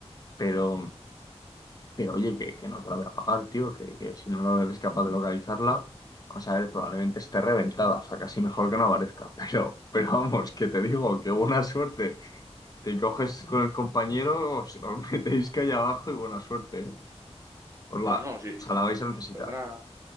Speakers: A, on the left; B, on the right.
A: Pero, pero oye, que, que no te la voy a pagar, tío, que, que si no lo eres capaz de localizarla, vamos a ver, probablemente esté reventada, o sea, casi mejor que no aparezca. <laughs> Pero, pero vamos, que te digo, que buena suerte. Te coges con el compañero, os, os metéis que allá abajo y buena suerte, ¿eh? Os la,
B: No, no,
A: o
B: sí,
A: sea,
B: sí.
A: la vais a necesitar,
B: Perdona,